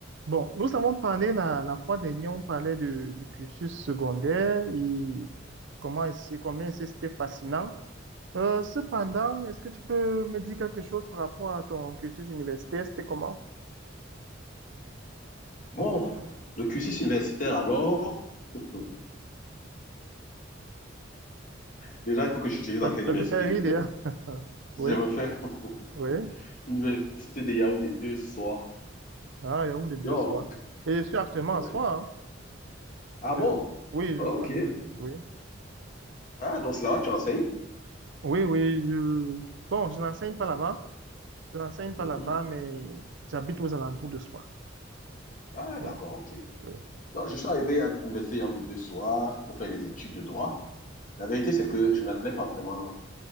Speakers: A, on the right; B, on the left.
A: Bon, nous avons parlé la, la fois dernière, on parlait de- du cursus secondaire et comment est-ce, combien est-ce que c'était fascinant. Euh, cependant, est-ce que tu peux me dire quelque chose par rapport à ton cursus universitaire? C'était comment?
B: Bon, le cursus universitaire alors. <laughs> Déjà, il faut que je te dise dans
A: Ça, te
B: quelle
A: ça
B: université
A: te fait rire,
B: j'étais.
A: d'ailleurs. <laughs>
B: Si
A: Oui,
B: J'avais fait <laughs>
A: oui.
B: l'université de Yaoundé deux soirs.
A: Ah, il y a une des deux
B: Donc,
A: soirs. Et je suis actuellement
B: ouais.
A: à soi. hein.
B: Ah
A: Je-
B: bon?
A: oui,
B: Ok.
A: je suis en Oui,
B: Ah, donc c'est là-bas que tu enseignes?
A: oui, oui. Je, bon, je n'enseigne pas là-bas. Je n'enseigne pas
B: Mhm.
A: là-bas, mais j'habite aux alentours de soi.
B: Ah,
A: Oui,
B: d'accord, ok.
A: oui,
B: Donc, je suis arrivé à l'université Yaoundé deux soirs pour faire les études de droit. La vérité,
A: oui,
B: c'est que je n'allais pas vraiment.